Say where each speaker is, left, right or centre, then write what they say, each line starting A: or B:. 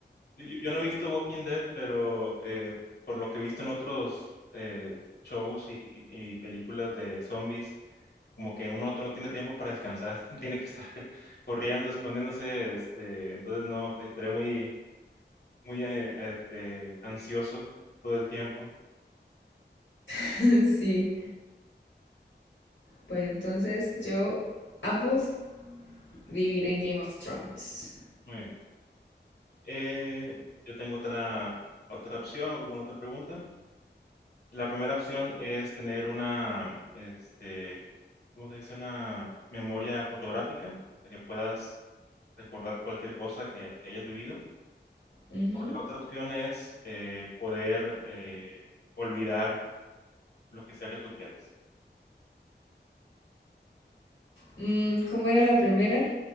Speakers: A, on the left; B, on the left.
A: Yo, yo no he visto Walking Dead, pero eh, por lo que he visto en otros eh, shows y, y- y películas de zombies, como que uno no tiene tiempo para descansar, <laughs> tiene que estar c- corriendo, escondiéndose, este, entonces no, estaré muy, muy eh, este, ansioso todo el tiempo.
B: <laughs> Sí. Bueno, entonces yo ambos viviré en Game of Thrones.
A: Muy bien. Eh, yo tengo otra, otra opción, o bueno, otra pregunta. La primera opción es tener una, este, como se dice, una memoria fotográfica, de que puedas recordar cualquier cosa que, que hayas vivido.
B: Ujú.
A: O la otra opción es eh, poder eh, olvidar lo que sea que tú quieras.
B: Mm, ¿cómo era la primera?